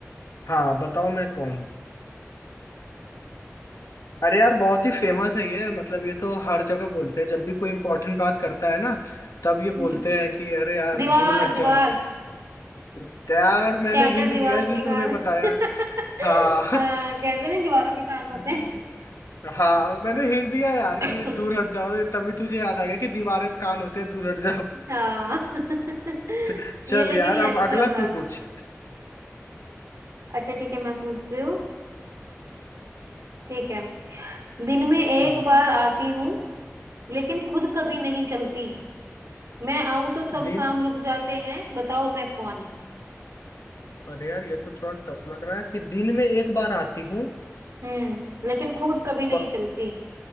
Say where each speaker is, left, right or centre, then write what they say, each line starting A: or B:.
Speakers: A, on the left; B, on the right.
A: हाँ बताओ मैं कौन अरे यार बहुत ही फेमस है ये मतलब ये तो हर जगह बोलते हैं जब भी कोई इंपॉर्टेंट बात करता है ना तब ये
B: हम्म
A: बोलते हैं कि अरे यार
B: दीवार
A: दूर हट
B: दीवार
A: जाओ तो यार मैंने
B: कहते
A: हिंट
B: हैं दीवारों
A: दिया इसलिए
B: के कान
A: तूने बताया
B: <laughs>
A: हाँ
B: हाँ कहते नहीं दीवारों के कान होते
A: <laughs>
B: हैं
A: हाँ मैंने हिंट दिया यार
B: <laughs>
A: कि दूर हट जाओ तभी तुझे याद आ गया कि दीवार के कान होते हैं दूर हट जाओ
B: हाँ <laughs>
A: च- चल
B: ये लेकिन
A: यार
B: ये अच्छा
A: अब अगला
B: था
A: तू पूछ
B: अच्छा ठीक है मैं पूछती हूँ ठीक है दिन में एक
A: हाँ
B: बार आती हूँ लेकिन खुद कभी नहीं चलती मैं आऊं तो सब
A: दिन
B: काम रुक जाते हैं बताओ मैं कौन
A: अरे यार ये तो थोड़ा टफ लग रहा है कि दिन में एक बार आती हूँ
B: हम्म लेकिन खुद कभी नहीं
A: प-
B: चलती